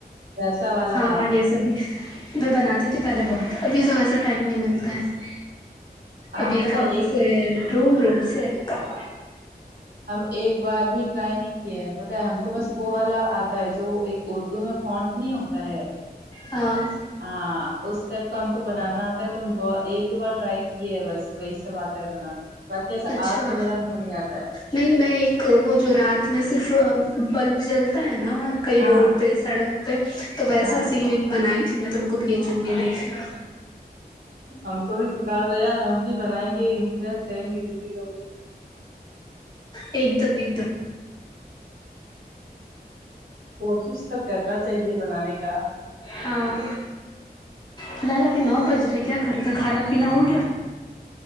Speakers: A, on the right (about 85°); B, on the left (about 25°).
A: ویسا والا
B: ہاں
A: آرٹ
B: یہ سب بھی میں بناتی تھی پہلے بہت ابھی تو ویسا ٹائم نہیں ملتا ہے ابھی
A: ہم پتہ
B: کام
A: ہے ایک
B: سے روم روم سے کام
A: ہم ایک بار بھی ٹرائی نہیں کیے ہیں پتہ ہے ہم کو بس وہ والا آتا ہے جو ایک اردو میں فونٹ نہیں ہوتا ہے
B: ہاں
A: ہاں اس ٹائپ کا ہم کو بنانا آتا ہے تو ایک دو بار ٹرائی کی ہے بس وہی سب آتا ہے بنانا باقی ایسا
B: اچھا
A: آرٹ وغیرہ ہم کو نہیں آتا ہے
B: نہیں میں ایک وہ جو رات میں صرف بلب جلتا ہے نا کئی
A: ہاں
B: روڈ پہ سڑک پہ تو ویسا
A: ہاں
B: سین ایک بنائی تھی میں تم کو بھیجوں گی دیکھنا
A: ہم کو بھی سکھا دو یار ہم بھی بنائیں گےامپریس کریں گے کسی کوبھی
B: ایک دم ایک دم
A: کوشش تو کرنا چاہیے بنانے کا
B: ہاں فی الحال ابھی نو بج رہے ہیں کیا کر رہے تھا کھانا پینا ہو گیا